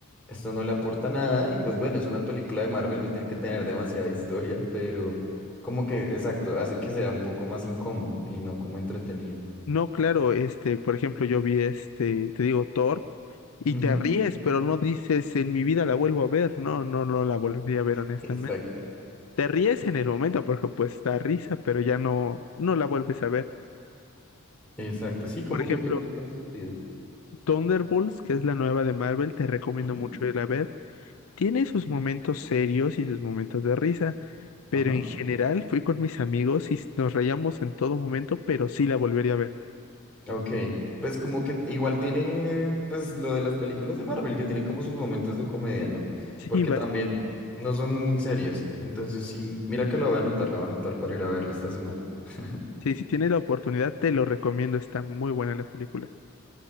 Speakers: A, in the centre; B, on the left.
A: esto no le aporta nada. Y pues bueno, es una película de Marvel, no tiene que tener demasiada historia, pero como que, exacto, hace que sea un poco más incómodo y no como entretenido.
B: No, claro, este, por ejemplo, yo vi este, te digo, Thor, y
A: Ujú,
B: te ríes, pero no dices, en mi vida la vuelvo a ver, no, no, no la volvería a ver
A: <laughs>
B: honestamente.
A: Exacto.
B: Te ríes en el momento porque pues da risa, pero ya no, no la vuelves a ver.
A: Exacto. Sí, como
B: Por ejemplo,
A: que pierde todo el sentido.
B: Thunderbolts, que es la nueva de Marvel, te recomiendo
A: Ujú,
B: mucho ir a ver. Tiene sus momentos serios y sus momentos de risa, pero
A: Ajá.
B: en general fui con mis amigos y nos reíamos en todo momento, pero sí la volvería a ver.
A: Ok, pues como que igual tiene pues lo de las películas de Marvel, que tiene como sus momentos de comedia, ¿no?
B: Sí,
A: Porque también no son muy serias. Entonces sí, mira que lo voy a anotar, lo voy a anotar para ir a verlo esta semana. <laughs>
B: Sí, si tienes la oportunidad, te lo recomiendo. Está muy buena la película.